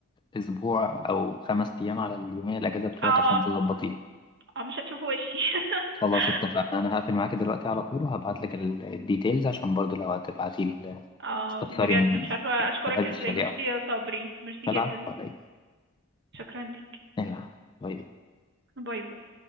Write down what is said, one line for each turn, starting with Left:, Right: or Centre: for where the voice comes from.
Left: اسبوع او خمس ايام على اليومية الاجازة بتوعك
Right: اه
Left: عشان تظبطيها
Right: اه مش هتشوفوا وشي <laughs>
Left: خلاص اتفقنا انا هقفل معاكي دلوقتي على طول وهبعت لك الديتيلز عشان برضو لو هتبعتي ال-
Right: اه
Left: تستفسري
Right: بجد
Left: من
Right: مش عارفة اشكرك
Left: صاحب
Right: ازاي
Left: الشاليه
Right: ميرسي
Left: او
Right: يا صبري ميرسي جدا
Left: القلعة ولا ايه
Right: شكرا ليك
Left: نلعب باي باي.
Right: باي باي